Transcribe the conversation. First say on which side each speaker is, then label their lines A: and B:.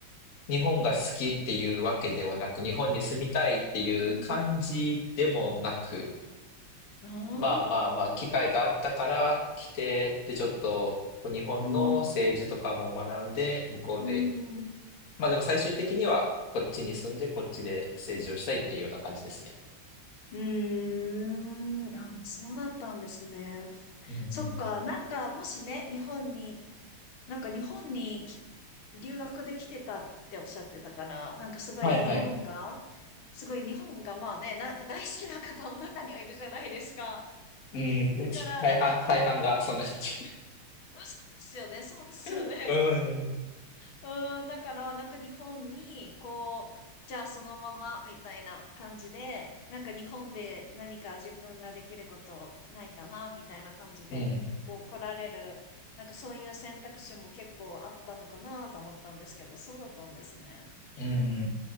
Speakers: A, on the left; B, on the left.
A: 日本が好きっていうわけではなく、
B: う
A: 日本に住みたいっていう感じでもなく、
B: ん。ああー、
A: まあまあまあ、機会があったから来て、で、ちょっと日本の政治とかも学んで、
B: うん、
A: 向こうで
B: うん、うん。
A: まあでも最終的にはこっちに住んでこっちで政治をしたいっていうような感じですね。
B: うーん、あ、そうだったんですね。
A: うんうん
B: そっか、なんか、もしね、日本に、なんか日本にき留学で来てたっておっしゃってたから、なんかすごい日本が、
A: はいはい。
B: すごい日本がまあね、なんか大好きな方も中にはいるじゃないですか。
A: うん、
B: だから、
A: 大半、
B: なんか、あ、
A: 大半がそんな感じ。
B: こそうですよね、そうですよね。
A: <laughs> うん。
B: うん、だから、なんか日本に、こう、じゃあそのままみたいな感じで、なんか日本で何か自分ができることないかな、みたいな感じで、
A: うん。
B: こう来られる、なんかそういう選択肢も結構あったのかなと思ったんですけど、そうだったんですね。
A: うん。